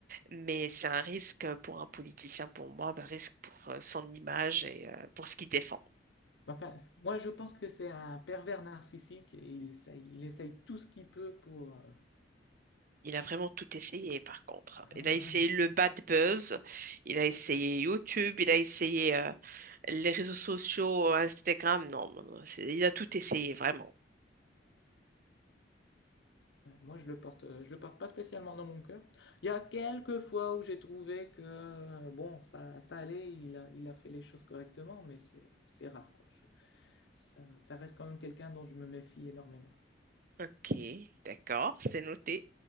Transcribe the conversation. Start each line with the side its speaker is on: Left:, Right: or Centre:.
Right: Mais c'est un risque pour un politicien, pour moi, un risque pour euh, son image et euh, pour ce qu'il défend.
Left: Enfin, moi, je pense que c'est un pervers narcissique et il essaye, il essaye tout ce qu'il peut pour. euh,
Right: Il a vraiment tout essayé, par contre.
Left: <laughs>
Right: hein.
Left: voilà.
Right: Il a essayé le bad buzz, il a essayé YouTube, il a essayé euh, les réseaux sociaux, euh, Instagram. Non, non, non, c'est- il a tout essayé, vraiment.
Left: Ouais, Moi, je le porte, euh, je le porte pas spécialement dans mon cœur. Il y a quelques fois où j'ai trouvé que euh, bon, ça, ça allait, il a, il a fait les choses correctement, mais c'est, c'est rare quoi. Je- ça, ça reste quand même quelqu'un dont je me méfie énormément.
Right: Ok, d'accord, c'est noté.